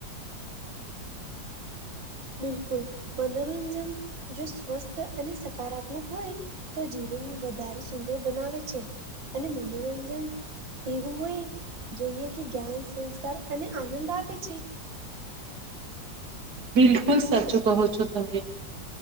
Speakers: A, on the right (about 85°); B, on the right (about 60°).
A: બિલકુલ, મનોરંજન જો સ્વસ્થ અને સકારાત્મક હોય તો જીવનને વધારે સુંદર બનાવે છે અને મનોરંજન એવું હોય જોઈએ કે જ્ઞાન, સંસ્કાર અને આનંદ આપે છે.
B: બિલકુલ સાચું કહો છો તમે.